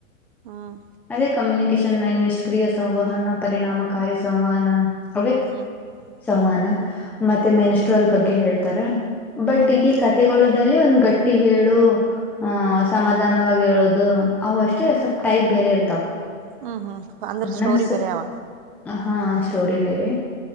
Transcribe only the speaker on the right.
ಹ್ಮ್
ಹ್ಮ್
ಹ್ಮ್
ಹ್ಮ್
ಹ್ಮ್ ಹ್ಮ್ ಅಂದ್ರೆ ಸ್ಟೋರಿ
ಬರಾವ.